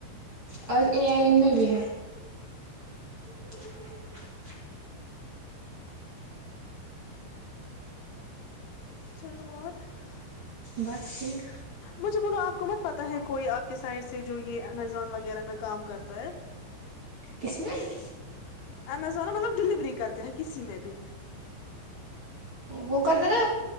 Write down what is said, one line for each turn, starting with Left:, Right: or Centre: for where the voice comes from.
Right: اورج اے آئی ای میں بھی ہے <inaudible>
Left: چلو اور <unintelligible>
Right: بس ٹھیک
Left: مجھے بولو آپ کو مت پتاہ ہے کوئی آپ کے سائڈ سے جو یہ امیزون وغیرہ میں کام کرتا ہے <unintelligible>
Right: کسم ہے <unintelligible>
Left: امیزون مطلب ڈیلیوری کرتے ہیں کسی میں بھی
Right: وہ کرتا نا